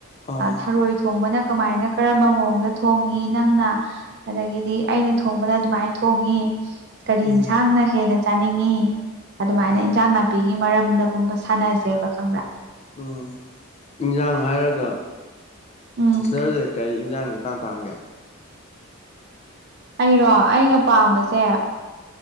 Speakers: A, on the left; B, on the right.
A: ꯑꯥ
B: ꯊꯥꯔꯣꯏ ꯊꯣꯡꯕꯅ ꯀꯃꯥꯏꯅ ꯀꯔꯝꯕ ꯃꯑꯣꯡꯗ ꯊꯣꯡꯉꯤ ꯅꯪꯅ ꯑꯗꯒꯤꯗꯤ ꯑꯩꯅ ꯊꯣꯡꯕꯅꯥ ꯑꯗꯨꯃꯥꯏꯅ ꯊꯣꯡꯉꯤ ꯀꯔꯤ
A: ꯎꯝ
B: ꯌꯦꯟꯁꯥꯡꯅ ꯍꯦꯟꯅ ꯆꯥꯅꯤꯡꯉꯤ ꯑꯗꯨꯃꯥꯏꯅ
A: ꯎꯝ
B: ꯏꯟꯁꯥꯡ ꯅꯥꯄꯤ ꯄꯤꯒꯤ ꯃꯔꯝꯗꯒꯨꯝꯕ ꯁꯥꯟꯅꯁꯦꯕ ꯈꯪꯕ꯭ꯔꯥ
A: ꯎꯝ ꯏꯟꯁꯥꯡ ꯍꯥꯏꯔꯒ
B: ꯎꯝ
A: ꯁꯤꯁꯇꯔꯁꯦ ꯀꯔꯤ ꯏꯟꯖꯥꯡ ꯅꯥ ꯏꯄꯥꯝ ꯄꯥꯝꯒꯦ
B: ꯑꯩꯔꯣ ꯑꯩꯅ ꯄꯥꯝꯕꯁꯦ